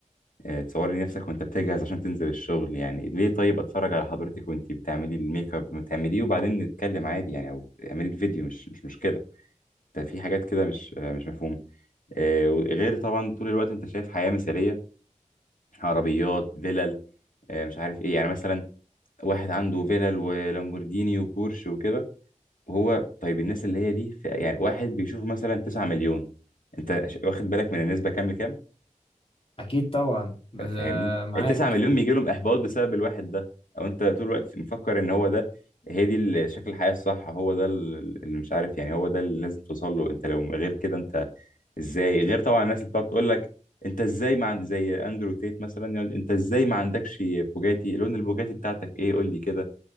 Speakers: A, on the left; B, on the left.
A: آه، تصور لي نفسك وانت بتجهز عشان تنزل الشغل يعني ليه طيب اتفرج على حضرتك وانت بتعملي الميك اب ما تعمليه وبعدين نتكلم عادي يعني او اعملي الفيديو مش مش مشكلة انت في حاجات كده مش آه، مش مفهومة آه، غير طبعا طول الوقت انت شايف حياة مثالية عربيات فلل آه، مش عارف ايه يعني مثلا واحد عنده فيلل ولامبورجيني وبورش وكده وهو طيب الناس اللي هي دي ف- يعني واحد بيشوف مثلا 9 مليون انت ش- واخد بالك من النسبه كام لكام
B: اكيد طبعا بل-
A: ف- فاهمني
B: معاك
A: ال 9 مليون بيجي لهم احباط بسبب الواحد ده او انت طول الوقت مفكر ان هو ده هي دي ال- شكل الحياه الصح هو ده ال- اللي مش عارف يعني هو ده اللي لازم توصل له انت لو غير كده انت ازاي غير طبعا الناس اللي بتقعد تقول لك انت ازاي ما عند زي اندرو تيت مثلا يقول انت ازاي ما عندكش بوجاتي لون البوجاتي بتاعتك ايه قول لي كده